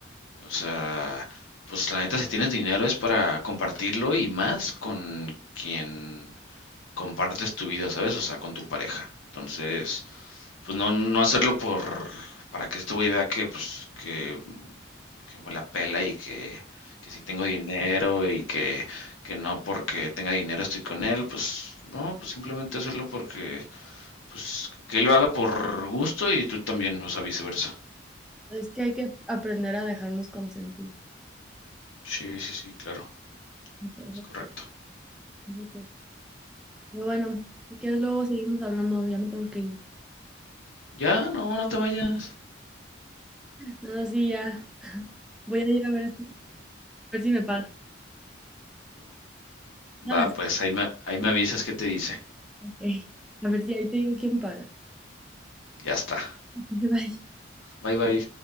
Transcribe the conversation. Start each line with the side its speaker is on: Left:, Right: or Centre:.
Left: O sea, pues la neta si tienes dinero es para compartirlo y más con quien compartes tu vida, ¿sabes? O sea, con tu pareja. Entonces, pues no, no hacerlo por, para que este güey vea que, pues, que que me la pela y que, que si tengo dinero y que, que no porque tenga dinero estoy con él, pues no, pues simplemente hacerlo porque, pues que él lo haga por gusto y tú también, o sea, viceversa.
Centre: Es que hay que aprender a dejarnos consentir.
Left: Sí, sí, sí, claro,
Centre: Eso- eso
Left: es correcto.
Centre: creo. Eso creo. Pero bueno, si quieres luego seguimos hablando, ya me tengo que ir.
Left: Ya, no, no te vayas.
Centre: No, sí, ya. Voy a ir a ver esto, a ver si me paga. Paga
Left: Va,
Centre: las-
Left: pues ahí me, ahí me avisas qué te dice.
Centre: Ok. A ver si ahí te digo quién paga.
Left: Ya está.
Centre: <laughs> Bye.
Left: Bye, bye.